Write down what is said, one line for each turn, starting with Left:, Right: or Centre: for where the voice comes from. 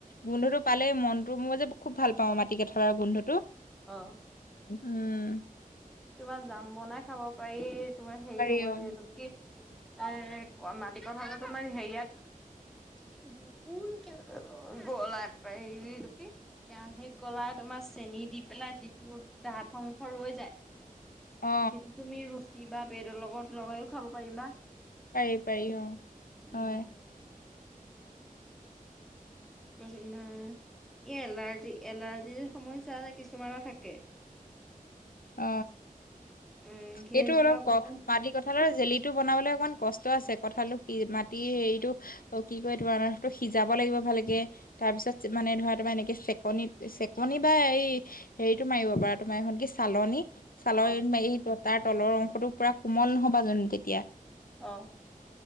Left: গোন্ধটো পালেই মনটো মোৰ যে খুব ভাল পাওঁ মাটিকঁঠালৰ গোন্ধটো।
Centre: অ।
Left: উম।
Centre: তোমাৰ জাম বনাই খাব পাৰি, তোমাৰ হেৰিটো
Left: পাৰি অ
Centre: কি এ ক মাটিকঁঠালতো তোমাৰ হেৰিয়াত <unintelligible> কেৰাহীত গলাই তোমাৰ চেনি দি পেলাই যিটো দঠ অংশ ৰৈ যায়
Left: অ
Centre: সেইটো তুমি ৰুটি বা বেডৰ লগত লগাইও খাব পাৰিবা।
Left: পাৰি পাৰি অ
Centre: এই
Left: হয়।
Centre: <unintelligible> এই এলাৰ্জি এলাৰ্জিৰ সমস্যা যে কিছুমানৰ থাকে
Left: অ
Centre: উম সিহঁত
Left: এইটো
Centre: বিলাক
Left: অলপ ক
Centre: অকণ
Left: মাটিকঁঠাল কঁঠালৰ জেলিটো বনাবলৈ অকণমান কষ্ট আছে, কঁঠালো কি মাটি হেৰিটো অ কি কয় তোমাৰ তটো সিজাব লাগিব ভালকে, তাৰ পিছত মানে ধৰা তোমাৰ এনেকে চেকনিত চেকনি বা এই হেৰিতটো মাৰিব পাৰ তোমাৰ এখন কি চালনী চালনী
Centre: অ
Left: মাৰি তাৰ তলৰ অংশতটো পুৰা কোমল নহবা জানো তেতিয়া।
Centre: অ।